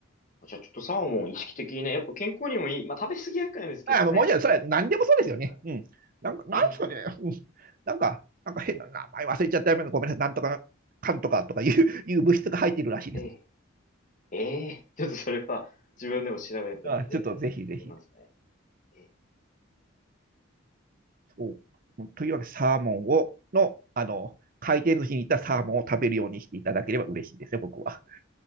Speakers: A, on the left; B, on the right.
A: じゃあちょっとサーモン意識的にね、やっぱ健康にもいい。まあ食べ過ぎは良くないですけどね。
B: あのもうじゃあそれは何でもそうですよね。
A: いいですから。
B: うん。なんか、なんですかね。
A: ええ、
B: <laughs> なんか、なんか変な名前忘れちゃったよ。ごめんなさい。なんとか、かんとかとかいう、いう物質が入っているらしいです。
A: ええ、ええ、ちょっとそれは自分でも調べてみて、
B: あちょっとぜひぜひ。
A: やってみますね。ええ、
B: そうというわけで、サーモンを、の、あの、回転寿司に行ったサーモンを食べるようにしていただければ嬉しいですよ、僕は。